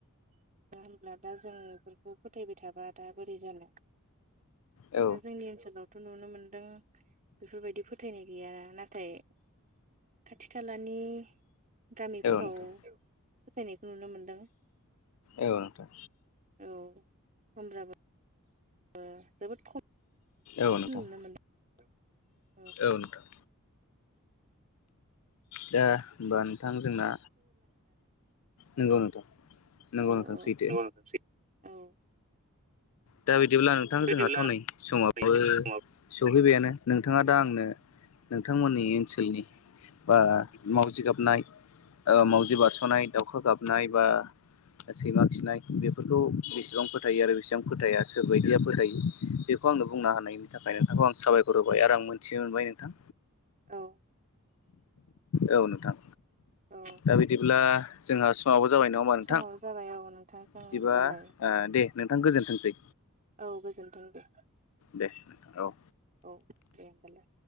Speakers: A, on the right; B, on the left.
A: नङा होमब्ला दा जों बेफोरखौ फोथायबाय थाबा दा बोरै जानो दा
B: औ
A: जोंनि ओनसोलावथ नुनो मोनदों बेफोरबायदि फोथायनाय गैया नाथा थाय खाथि खालानि गामिफोराव
B: नोंथां
A: फोथायनायखौ नुनो मोनदों
B: औ नोंथां
A: औ होमब्लाबो ओ जोबोद खम
B: औ नोंथां
A: नुनो <inaudible>
B: औ नोंथां दा होमबा नोंथां जोंना नंगौ नोंथां नंगौ
A: औ-औै
B: नोंथां सैथो
A: <unintelligible> औ
B: दा बिदिब्ला नोंथां
A: बिदिब्ला
B: जोंहाथ नै समावबो
A: नोंथां समाबो
B: सफैबायानो नोंथाङा दा आंनो नोंथांमोननि ओनसोलनि बा मावजि गाबनाय ओ मावजि बारसनाय दाउखा गाबनाय बा सैमा खिनाय बेफोरखौ बेसेबां फोथायो आरो बेसेबां फोथाया सोरबायदिया फोथायो बेफोर खौ आंनो बुंना होनायनि थाखाय नोंथांखौ आं साबायखर होबाय आरो आं मोनथिनो मोनबाय नोंथां
A: औ
B: औ नोंथां
A: औ
B: दा बिदिब्ला जोंहा स समाबो जाबाय नङा होमा नोंथां
A: समाबो जाबाय औ नोंथांजों
B: बिदिबा
A: होमबालाय
B: ओ दे नोंथां गोजोनथोंसै
A: औ गोजोनथों दे
B: दे औ
A: औ दे होमबालाय